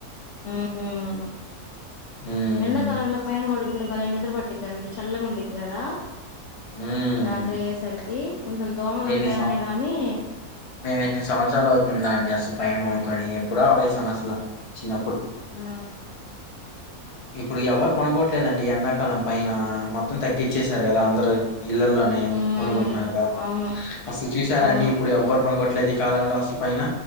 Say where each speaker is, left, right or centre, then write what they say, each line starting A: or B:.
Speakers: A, on the left; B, on the left.
A: మ్మ్
B: ఉమ్
A: ఎండకాలంలో పైన పడుకుంటే బలె నిద్ర పట్టిద్దండి చల్లగా ఉండిద్ది కదా
B: ఉమ్
A: రాత్రి అయ్యేస సరికి కొంచెం దోమలు
B: ఎన్ని
A: ఉంటాయనే
B: సం
A: గానీ
B: మేము ఎన్ని సంవత్సరాలు అవుతుంది అండి అసలు పైన పనుకొని ఎప్పుడో ఆపేసాం అసల చిన్న
A: ఆ
B: ఇప్పుడు ఎవరు పనుకోవట్లేదండి ఎండాకాలం పైన మొత్తం తగ్గిచ్చేసారు కదా అందరు ఇళ్లల్లోనే
A: ఉమ్
B: పనుకుంటున్నారుగా
A: అవును
B: అసలు చూసారండి
A: అవును
B: ఇప్పుడు ఎవ్వరు ఈ కాలంలో అసలు పైన